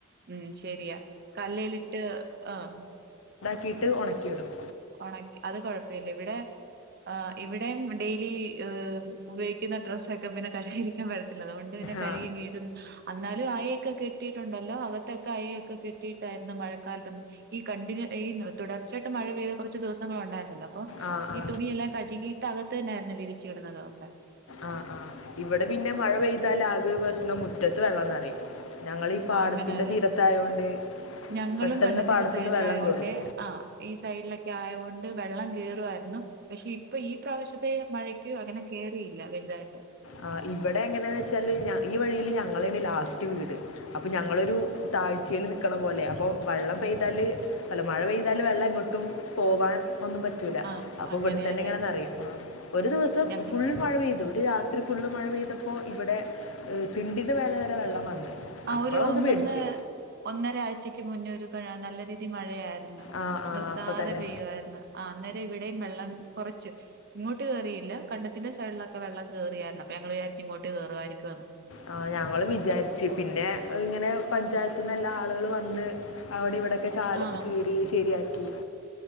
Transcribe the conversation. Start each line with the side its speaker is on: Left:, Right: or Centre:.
Right: ഉം ശരിയാ കല്ലയിലിട്ട് ആഹ്
Left: കീട്ട് ഉണക്കിയിടും
Right: ഉണക്കി അത് കൊഴപ്പമില്ല ഇവിടെ ഇവിടെയും ഡെയിലി ഉപയോഗിക്കുന്ന ഡ്രസ്സൊക്കെ പിന്നെ കല്ലോൽ വിരി അതുകൊണ്ട് പിന്നെ കഴുകി
Left: ആ
Right: അങ്ങ് ഇടും അന്നാലും അയ ഒക്കെ കെട്ടിയിട്ടുണ്ടല്ലോ അകത്തൊക്കെ അയ ഒക്കെ കെട്ടിയിട്ടായിരുന്ന മഴക്കാലത്ത് ഈ ക ണ്ടിനു ഈ തുടർച്ചയായിട്ടു മഴ പെയ്ത കുറച്ച് ദിവസങ്ങൾ ഉണ്ടായിരുന്നല്ലോ അപ്പോഈ
Left: ആ ആ
Right: തുണി എല്ലാം കഴുകി അകത്ത് തന്നായിരുന്നു വിരിച്ചു ഇടുന്നതും ഒക്കെ
Left: ആഹ് ആഹ് ഇവിടെ പിന്നെ മഴ പെയ്താല ആകെ ഒരു പ്രശ്നം മുറ്റത്ത് വെള്ളം നിറയും ഞങ്ങൾ ഈ പാടത്തിൻ്റെ
Right: ആ അങ്ങനെയല്ലേ
Left: തീരത്തായതുകൊണ്ട്
Right: ഞങ്ങളും
Left: പെട്ടെന്ന്
Right: കണ്ടത്തിന്റെ
Left: പാടത്തുനിന്ന്
Right: സൈഡിലായോണ്ട്
Left: വെള്ളം കയറും
Right: ആ ഈ സൈഡിലൊ ഒക്കെ ആയകൊണ്ട് വെള്ളം കേറുവായിരുന്നു പക്ഷെ ഇപ്പൊ ഈ പ്രാവശ്യത്തെ മഴയ്ക്ക് അങ്ങനെ കേയറിയില്ല വലുതായിട്ട്
Left: ആ ഇവിടെ എങ്ങനെയാന്ന് വെച്ചാല് ഈ വഴിൽ ഞങ്ങളെ ആണ് ലാസ്റ്റ് വീട് അപ്പൊ ഞങ്ങളൊരു താഴ്ചയിൽ നിൽക്കണ പോലെ അപ്പൊ വെള്ളം പെയ്താല് അല്ല മഴ പെയ്താല് വെള്ളം എങ്ങോട്ടും പോവാൻ ഒന്നും പറ്റൂല്ല
Right: ആഹ്
Left: അപ്പൊ
Right: അങ്ങനെയല്ലേ
Left: ഇവിടുത്തന്നെ ഇങ്ങനെ നിറയും ഒരു ദിവസം
Right: ഞങ്ങ
Left: ഫുൾ മഴ പെയ്തു ഒരു രാത് ഫുള്ള് മഴ പെയ്തപ്പോൾ ഇവിടെ തിണ്ടിൻ്റെ മേലെ വരെ വെള്ളം വന്ന്
Right: ആ
Left: അപ്പോഴൊന്ന്
Right: ഒരു ഒന്നൊന്ന്
Left: പേടിച്ച്
Right: ഒന്നര ആഴ്ചക്ക് മുന്നേ ഒരു ജോക്കെഴ നല്ല രീതി മഴയാ ഇന്നാ
Left: ആ ആ
Right: നിർത്താതെ
Left: അപ്പം തന്നെ
Right: പെയ്യുവായിരുന്നു ആ അന്നേരം ഇവിടെയും വെള്ളം കുറച്ച് ഇങ്ങോട്ട് കേറിയില്ല കണ്ടത്തിന്റെ സെയ്ഡിലൊക്കെ വെള്ളം കയറിയായിരുന്നു അപ്പൊ ഞങ്ങൾ വിചാരിച്ച് ഇങ്ങോട്ട് കേറുവായിരിക്കുംന്ന്
Left: ആ ഞങ്ങളും വിചാരിച്ചു പിന്നെ ഇങ്ങനെ പഞ്ചായത്തിന്നെല്ലാം ആളുകൾ വന്ന് അവിടെ ഇവിടെ ഒക്കെ ചാലൊക്കെ
Right: ആ
Left: കീറി ശരിയാക്കി